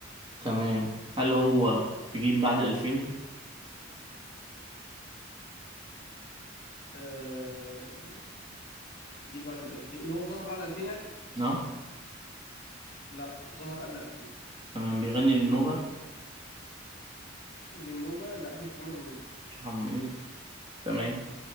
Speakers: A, on the right (about 25°); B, on the left (about 45°).
A: تمام هل هو في جيل بعد الألفين؟
B: آه، جيل بعد ال 2000 اللي هو ظهر بعد 2000 يعني
A: اه
B: لا ظهر قبل 2000
A: تمام بيغني للنوبة
B: للنوبه لا مش محمد منير
A: مش محمد منير تمام